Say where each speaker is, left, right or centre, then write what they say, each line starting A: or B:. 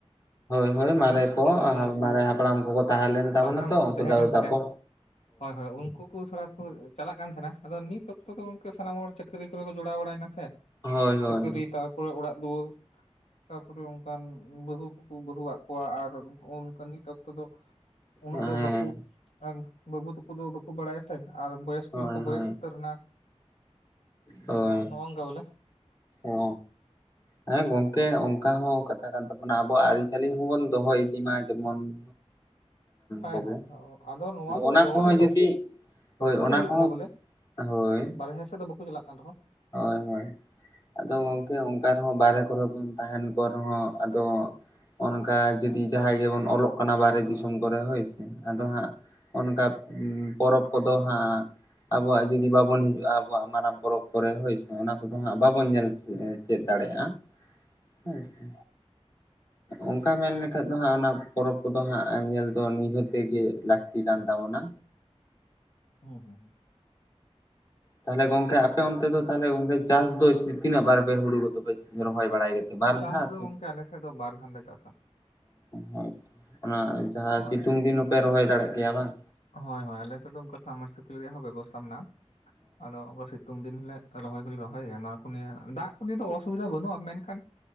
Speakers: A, on the left; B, on the left.
A: ᱦᱳᱭ ᱦᱳᱭ
B: ᱵᱚᱞᱮ
A: ᱢᱟᱨᱮ ᱠᱚ
B: ᱡᱟᱦᱟᱸᱭ ᱠᱚ
A: ᱢᱟᱨᱮ ᱦᱟᱯᱲᱟᱢ ᱠᱚ ᱠᱚ ᱛᱟᱦᱮᱸ ᱞᱮᱱ ᱛᱟᱵᱚᱱᱟ
B: ᱦᱟᱯᱲᱟᱢ
A: ᱛᱚ
B: ᱠᱚ ᱛᱟᱦᱮᱸ
A: ᱫᱟᱫᱩ
B: ᱠᱟᱱ ᱛᱟᱞᱮᱭᱟ
A: ᱛᱟᱠᱚ
B: ᱦᱳᱭ ᱦᱳᱭ ᱩᱱᱠᱩ ᱠᱚ ᱛᱷᱚᱲᱟ ᱠᱚ ᱪᱟᱞᱟᱜ ᱠᱟᱱ ᱛᱟᱦᱮᱸᱱᱟ ᱟᱫᱚ ᱱᱤᱛ ᱚᱠᱛᱚ ᱫᱚ ᱜᱚᱝᱠᱮ ᱥᱟᱱᱟᱢ ᱦᱚᱲ ᱪᱟᱹᱠᱨᱤ ᱠᱚᱨᱮ ᱠᱚ ᱡᱚᱲᱟᱣ ᱵᱟᱲᱟᱭᱮᱱᱟ ᱥᱮ
A: ᱦᱳᱭ ᱦᱳᱭ
B: ᱪᱟᱹᱠᱨᱤ ᱛᱟᱨ ᱯᱚᱨᱮ ᱚᱲᱟᱜ ᱫᱩᱣᱟᱹᱨ ᱛᱟᱯᱚᱨᱮ ᱚᱱᱠᱟᱱ ᱵᱟᱹᱦᱩ ᱠᱚ ᱠᱚ ᱵᱟᱹᱦᱩ ᱟᱫ ᱠᱚᱣᱟ ᱟᱨ ᱚᱱᱠᱟ ᱱᱤᱛ ᱚᱠᱛᱚ ᱫᱚ ᱩᱱᱟᱹᱜ
A: ᱦᱮᱸ
B: ᱫᱚ ᱵᱟᱠᱚ ᱵᱟᱹᱵᱩ ᱛᱟᱠᱚ ᱫᱚ ᱵᱟᱠᱚ ᱵᱟᱲᱟᱭᱟ ᱥᱮ ᱟᱨ ᱵᱚᱭᱮᱥ ᱠᱚ
A: ᱦᱳᱭ
B: ᱦᱚᱸᱠᱚ ᱵᱚᱭᱮᱥ
A: ᱦᱳᱭ
B: ᱩᱛᱟᱹᱨ ᱮᱱᱟ
A: ᱦᱳᱭ
B: ᱟᱫᱚ ᱱᱚᱝᱠᱟ ᱵᱚᱞᱮ
A: ᱚ ᱦᱮᱸ ᱜᱚᱝᱠᱮ ᱚᱱᱠᱟ ᱦᱚᱸ ᱠᱟᱛᱷᱟ ᱠᱟᱱ ᱛᱟᱵᱚᱱᱟ ᱟᱵᱚᱣᱟᱜ ᱟᱹᱨᱤᱪᱟᱹᱞᱤ ᱦᱚᱸᱵᱚᱱ ᱫᱚᱦᱚ ᱤᱫᱤ ᱢᱟ ᱡᱮᱢᱚᱱ <inaudible>
B: ᱦᱳᱭ
A: ᱠᱚᱜᱮ
B: ᱦᱳᱭ ᱟᱫᱚ ᱱᱚᱣᱟ ᱫᱚ
A: ᱚᱱᱟ
B: ᱫᱚᱦᱚ
A: ᱠᱚᱦᱚᱸ
B: ᱫᱚ ᱫᱚ
A: ᱡᱩᱫᱤ ᱦᱳᱭ
B: ᱟᱹᱛᱩ
A: ᱚᱱᱟ
B: ᱨᱮ ᱦᱩᱭᱩᱜ
A: ᱠᱚᱦᱚᱸ
B: ᱠᱟᱱᱟ ᱵᱚᱞᱮ
A: ᱦᱳᱭ
B: ᱵᱟᱨᱦᱮ ᱥᱮᱫ ᱫᱚ ᱵᱟᱠᱚ ᱪᱟᱞᱟᱜ ᱠᱟᱱ ᱨᱮᱦᱚᱸ
A: ᱦᱳᱭ ᱦᱳᱭ ᱟᱫᱚ ᱜᱚᱝᱠᱮ ᱚᱱᱠᱟ ᱨᱮᱦᱚᱸ ᱵᱟᱦᱨᱮ ᱠᱚᱨᱮ ᱵᱚᱱ ᱛᱟᱦᱮᱸᱱ ᱠᱚ ᱨᱮᱦᱚᱸ ᱟᱫᱚ ᱚᱱᱠᱟ ᱡᱩᱫᱤ ᱡᱟᱦᱟᱸᱭ ᱜᱮᱵᱚᱱ ᱚᱞᱚᱜ ᱠᱟᱱᱟ ᱵᱟᱦᱨᱮ ᱫᱤᱥᱚᱢ ᱠᱚᱨᱮ ᱦᱳᱭ ᱥᱮ ᱟᱫᱚ ᱦᱟᱸᱜ ᱚᱱᱠᱟ ᱯᱚᱨᱚᱵᱽ ᱠᱚᱫᱚ ᱦᱟᱸᱜ ᱟᱵᱩᱣᱟᱜ ᱡᱩᱫᱤ ᱵᱟᱵᱩᱱ ᱦᱤᱡᱩᱜᱼᱟ ᱟᱵᱩᱣᱟᱜ ᱢᱟᱨᱟᱝ ᱯᱚᱨᱚᱵᱽ ᱠᱚ ᱨᱮ ᱦᱳᱭ ᱥᱮ ᱚᱱᱟ ᱠᱚᱫᱚ ᱦᱟᱸᱜ ᱵᱟᱵᱚᱱ ᱧᱮᱞ ᱪᱮᱫ ᱫᱟᱲᱮᱟᱜᱼᱟ ᱦᱳᱭ ᱥᱮ
B: <inaudible>
A: ᱚᱱᱠᱟ ᱢᱮᱱ ᱞᱮᱠᱷᱟᱱ ᱫᱚ ᱦᱟᱸᱜ ᱚᱱᱟ ᱯᱚᱨᱚᱵᱽ ᱠᱚᱫᱚ ᱦᱟᱸᱜ ᱧᱮᱞ ᱫᱚ ᱱᱤᱦᱟᱹᱛ ᱜᱮ ᱞᱟᱹᱠᱛᱤ ᱠᱟᱱ ᱛᱟᱵᱚᱱᱟ
B: ᱦᱩᱸ ᱦᱩᱸ
A: ᱛᱟᱦᱚᱞᱮ ᱜᱚᱝᱠᱮ ᱟᱯᱮ ᱚᱱᱛᱮ ᱫᱚ ᱛᱟᱦᱞᱮ ᱜᱛᱝᱠᱮ ᱪᱟᱥ ᱫᱚ ᱛᱤᱱᱟᱹᱜ ᱵᱟᱨ ᱯᱮ ᱦᱩᱲᱩ ᱠᱚᱫᱚ ᱯᱮ ᱨᱚᱦᱚᱭ ᱵᱟᱲᱟᱭ ᱜᱮᱛᱮ ᱵᱟᱨ
B: ᱪᱟᱥ
A: ᱫᱷᱟᱣ
B: ᱫᱚ ᱜᱚᱝᱠᱮ ᱟᱞᱮ ᱥᱮᱫ ᱫᱚ ᱵᱟᱨ ᱫᱷᱟᱣ ᱞᱮ ᱪᱟᱥᱟ
A: ᱦᱚᱭᱛᱚ ᱚᱱᱟ ᱡᱟᱦᱟᱸ
B: ᱦᱳᱭ
A: ᱥᱤᱛᱩᱝ ᱫᱤᱱ ᱦᱚᱸᱯᱮ ᱨᱚᱦᱚᱭ ᱫᱟᱲᱮᱭᱟᱜ ᱜᱮᱭᱟ ᱵᱟᱝ
B: ᱦᱳᱭ ᱦᱳᱭ ᱟᱞᱮ ᱥᱮᱫ ᱫᱚ ᱚᱱᱠᱟ ᱥᱟᱵᱢᱟᱨᱥᱤ ᱠᱚᱞ ᱨᱮᱭᱟᱜ ᱦᱚᱸ ᱵᱮᱵᱚᱥᱛᱟ ᱢᱮᱱᱟᱜᱼᱟ ᱟᱫᱚ ᱯᱟᱥᱮᱡ ᱥᱤᱛᱩᱝ ᱫᱤᱱ ᱦᱚᱞᱮ ᱨᱚᱦᱚᱭ ᱫᱚᱞᱮ ᱨᱚᱦᱚᱭᱟ ᱱᱚᱣᱟ ᱠᱚ ᱱᱤᱭᱮ ᱫᱟᱜ ᱠᱚ ᱱᱤᱭᱮ ᱫᱚ ᱚᱥᱩᱵᱤᱫᱷᱟ ᱵᱟᱹᱱᱩᱜᱼᱟ ᱢᱮᱱᱠᱷᱟᱱ